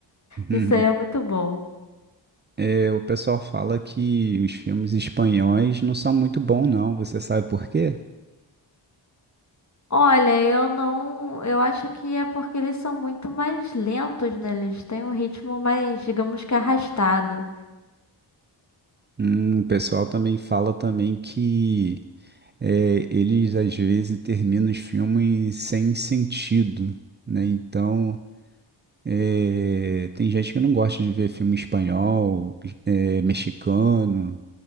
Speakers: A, on the right; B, on the left.
A: <laughs>
B: Isso aí é muito bom.
A: É, o pessoal fala que os filmes espanhóis não são muito bons, não. Você sabe por quê?
B: Olha, eu não. Eu acho que é porque eles são muito mais lentos, né? Eles têm um ritmo mais, digamos que arrastado.
A: Hum, o pessoal também fala também que é, eles às vezes terminam os filmes sem sentido, né? Então, é, tem gente que não gosta de ver filme espanhol, é, mexicano,